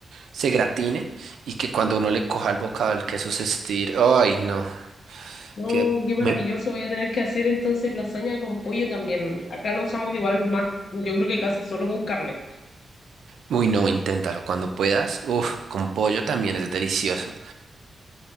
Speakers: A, on the right; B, on the left.
A: se gratine y que cuando uno le coja el bocado el queso se estire. Ay, no,
B: No,
A: que...
B: qué maravilloso.
A: me-
B: Voy a tener que hacer entonces lasaña con pollo también. Acá lo usamos igual más, yo creo que casi solo con carne.
A: Uy, no, inténtalo cuando puedas. uff con pollo también es delicioso.